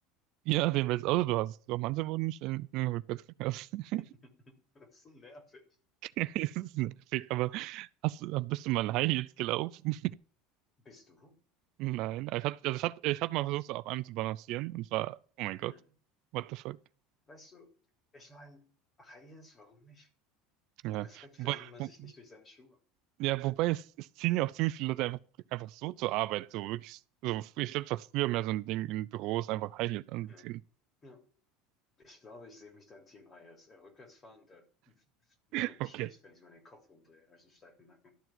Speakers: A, on the right; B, on the left.
A: ja, den welches Auto du hast. Doch, manche wurden nicht in in den Rückwärtsgang. <laughs>
B: <laughs> Das ist so nervig.
A: Okay, Das ist nervig, aber hast, du- bist du mal in High Heels gelaufen?
B: Bist du?
A: Nein, ich hatte, also ich hatte, ich habe mal versucht, so auf einem zu balancieren und war, oh mein
B: Hm.
A: Gott, what the fuck.
B: Weißt du, ich meine, High Heels, warum nicht?
A: Ja,
B: Respekt verdient
A: wobei,
B: man
A: wo,
B: sich nicht durch seine Schuhe.
A: ja, wobei es, es ziehen ja auch ziemlich viele Leute einfach, einfach so zur Arbeit, so wirklich, so, ich glaube, das war früher mehr so ein Ding in Büros, einfach High Heels anziehen.
B: Hm. Ja. Ich glaube, ich sehe mich dann Team Hayes. Äh, rückwärts fahren, da wird
A: <laughs>
B: mir
A: Okay.
B: schlecht, wenn ich meinen Kopf rumdrehe. Habe ich einen steifen Nacken.